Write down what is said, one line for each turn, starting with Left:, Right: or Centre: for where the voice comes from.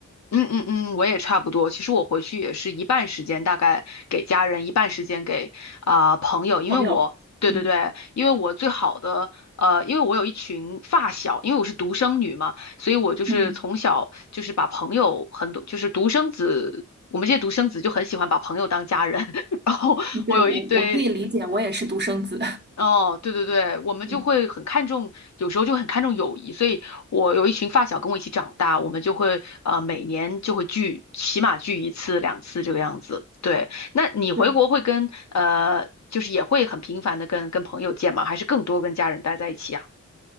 Left: 嗯嗯嗯，我也差不多。其实我回去也是一半时间大概给家人，一半时间给啊、朋友，因为我对对对，
Right: 朋友，嗯
Left: 因为我最好的呃，因为我有一群发小，因为我是独生女嘛，所以我就是从小就是把朋友很多，
Right: 嗯，
Left: 就是独生子，我们这些独生子就很喜欢把朋友当家人，<laughs> 然后我有一堆。
Right: 对，我我可以理解，我也是独生子，
Left: 哦，对对对，我们就会很看重，
Right: <laughs> 嗯，
Left: 有时候就很看重友谊，所以我有一群发小跟我一起长大，我们就会呃每年就会聚，起码聚一次两次这个样子。对，那你回国会跟呃，
Right: 对。
Left: 就是也会很频繁的跟跟朋友见吗？还是更多跟家人待在一起啊？